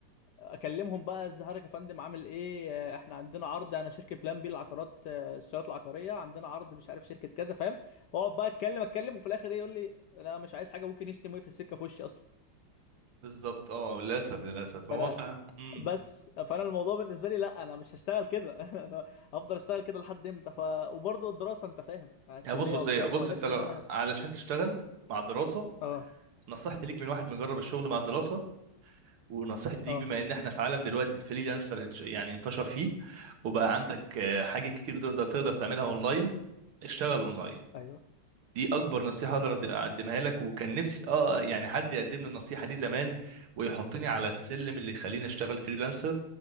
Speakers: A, on the left; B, on the right.
A: اكلمهم بقى ازيك يا فندم عامل ايه آه، احنا عندنا عرض انا شركه بلان بي العقارات آه، السيارات العقاريه عندنا عرض مش عارف شركه كذا فاهم واقعد بقى اتكلم اتكلم وفي الاخر ايه يقول لي لا مش عايز حاجه ممكن يشتم ويقفل السكه في وشي اصلا
B: بالظبط اه للاسف للاسف هو
A: فانا
B: امم
A: بس فانا الموضوع بالنسبه لي لا انا مش هشتغل كده <laughs> انا هفضل اشتغل كده لحد امتى ف وبرضه الدراسه انت فاهم آه، الكليه
B: يا بص بص
A: وبتاع
B: ايه بص
A: فما قدرتش
B: انت لو
A: ان انا
B: علشان تشتغل مع الدراسه
A: اه
B: نصيحتي ليك من واحد مجرب الشغل مع الدراسه ونصيحتي
A: اه
B: ليك بما ان احنا في عالم دلوقتي الفريلانسر انش- يعني انتشر فيه وبقى عندك آه، حاجات كتير تقدر تقدر تعملها اونلاين اشتغل اونلاين
A: ايوه
B: دي اكبر نصيحه اقدر
A: ما
B: أد-
A: أنا-
B: اقدمها لك وكان نفسي اه يعني حد يقدم لي النصيحه دي زمان ويحطني على السلم اللي يخليني اشتغل فريلانسر